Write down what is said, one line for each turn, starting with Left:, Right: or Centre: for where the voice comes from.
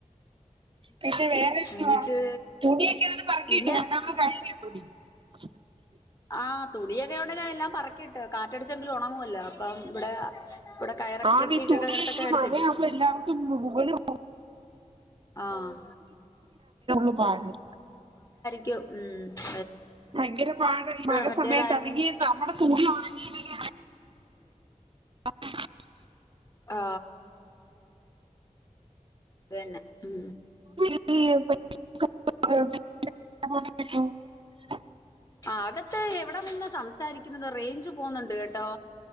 Right: പിന്നെ വേറെന്തുവാ
Left: എന്നിട്ട്
Right: തുണിയൊക്കെ അങ്ങനെ പെറക്കിയിട്ട്
Left: പിന്നെ
Right: രണ്ടാമത് കഴിഞ്ഞു തുടി <unintelligible>
Left: ആഹ് തുണിയൊക്കെോണ്ട് ഞാാന എല്ലാം പറക്കിട്ട് കാറ്റടിച്ചെങ്കിലും ഉണങ്ങുമല്ലോ അപ്പം ഇവിടെ ഇവിടെ കയറൊക്കെ
Right: ആഹ്
Left: കിട്ടിട്ട്
Right: ഈ തുണി
Left: കയറത്തൊക്കെ
Right: ഈ
Left: എടുത്തിട്ട്
Right: മഴയാകുമ്പോ എല്ലാവർക്കും മുകളിൽ
Left: ആഹ
Right: ു പാട് <unintelligible>
Left: ക് ഉ
Right: ഭയങ്കര പാഴ ഈ മഴ
Left: മറ്റേതായിരുന്നെങ്കിൽ
Right: സമയത്ത് അല്ലെങ്കിൽ നമ്മുടെ തൂടി ആ <unintelligible>
Left: ആ വന്നെ ഉ
Right: <unintelligible> <unintelligible>
Left: ആകത്ത് എവിടെ നിന്ന്ാ സംസാരിക്കുന്നത് റേഞ്ച് പോകുന്നുണ്ട് കേട്ടോ